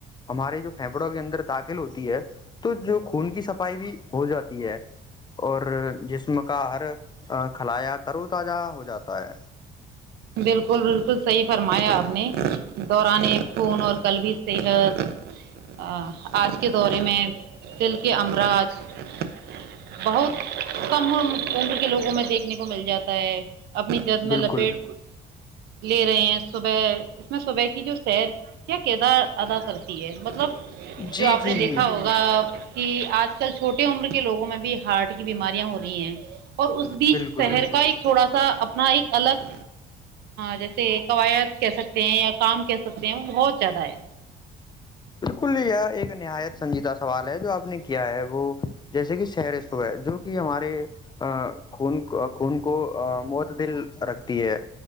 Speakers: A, on the left; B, on the right.
A: ہمارے جو پھیپڑوں کے اندر داخل ہوتی ہے تو جو خون کی صفائی بھی ہو جاتی ہے اور جسم کا ہر کھلایا ترو تازہ ہو جاتا ہے
B: بالکل بالکل صحیح فرمایا آپ نے دوران ایک فون اور کل بھیی صحت <unintelligible> <unintelligible> <unintelligible> <unintelligible>
A: بالکل
B: لے رہے ہیں صبح میں صبح کی جو سیر کیا کردار ادا کرتی ہے مطلب
A: جی
B: جو آپ
A: جی
B: نے
A: جی
B: دیکھا ہوگا آج کل چھوٹے عمر کے لوگوں میں بھی ہارٹ کی بیماریاں ہو رہی ہیں اور اس بیچ
A: بالکل
B: شہر
A: بالکل
B: کا ایک تھوڑا سا اپنا ایک الگ جیسے قواعد کہہ سکتے ہیں یا کام کہہ سکتے ہیں وہ بہت زیادہ ہے
A: بالکل ہی ہے ایک نایت سج دا سوال ہے جو آپ نے کیا ہے وہ جیسے کہ شر جو کہ ہمارے خون خون کو معتدل رکھتی ہے